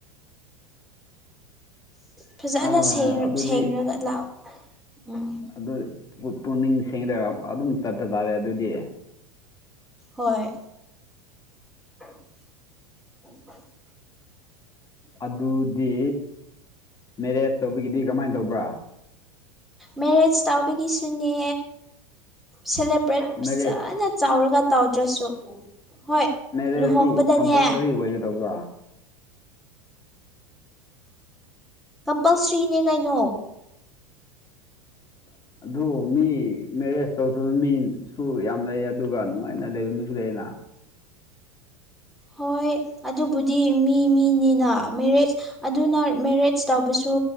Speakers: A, in the centre; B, on the left (about 20°).
A: ꯐꯖꯅ
B: ꯑꯥ
A: ꯁꯦꯡ
B: ꯑꯗꯨꯗꯤ
A: ꯁꯦꯡꯉꯒ ꯂꯥꯛꯑꯣ ꯎꯝ
B: ꯑꯗꯨ ꯄꯨꯛꯅꯤꯡ ꯁꯦꯡꯗ ꯑꯗꯨꯝ ꯆꯠꯄ ꯇꯥꯔꯦ ꯑꯗꯨꯗꯤ
A: ꯍꯣꯏ ꯎ
B: ꯑꯗꯨꯗꯤ ꯃꯦꯔꯦꯖ ꯇꯧꯕꯒꯤꯗꯤ ꯀꯃꯥꯏꯅ ꯇꯧꯕ꯭ꯔꯥ
A: ꯃꯦꯔꯦꯖ ꯇꯧꯕꯒꯤꯁꯨꯅꯦ ꯁꯦꯂꯦꯕ꯭ꯔꯦꯠ
B: ꯃꯦꯔꯦꯖ
A: ꯐꯖꯅ ꯆꯥꯎꯔꯒ ꯇꯧꯗ꯭ꯔꯁꯨ ꯍꯣꯏ
B: ꯃꯦꯔꯦꯖꯁꯨ
A: ꯂꯨꯍꯣꯡꯕꯗꯅꯦ
B: ꯀꯝꯄꯜꯁꯔꯤ ꯑꯣꯏꯒꯗꯧꯕ꯭ꯔꯥ
A: ꯀꯝꯄꯜꯁꯔꯤꯅꯦ ꯀꯩꯅꯣ
B: ꯑ ꯑꯗꯨ ꯃꯤ ꯃꯦꯔꯦꯖ ꯇꯧꯗꯕ ꯃꯤꯁꯨ ꯌꯥꯝ ꯂꯩ ꯑꯗꯨꯒ ꯅꯨꯡꯉꯥꯏꯅ ꯂꯩꯕ ꯃꯤꯁꯨ ꯂꯩꯌꯦꯅ
A: ꯍꯣꯏ ꯑꯗꯨꯕꯨꯗꯤ ꯃꯤ ꯃꯤꯅꯤꯅ ꯃꯦꯔꯦꯖ ꯑꯗꯨꯅ ꯃꯦꯔꯦꯖ ꯇꯧꯕꯁꯨ